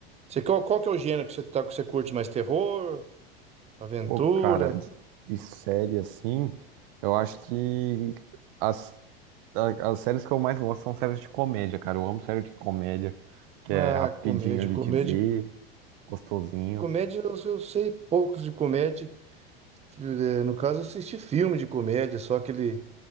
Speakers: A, on the right; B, on the right.
A: Você, qual, qual que é o gênero que você, tá, que você curte mais? Terror? Aventura?
B: Pô, cara, de, de série assim, eu acho que as, a- as séries que eu mais gosto são séries de comédia, cara. Eu amo série de comédia, que
A: Ah,
B: é rapidinho
A: comédia,
B: ali
A: comédia.
B: de ver, gostosinho.
A: Comédia, eu, eu sei poucos de comédia. Eh, No caso, eu assisti filme de comédia, só aquele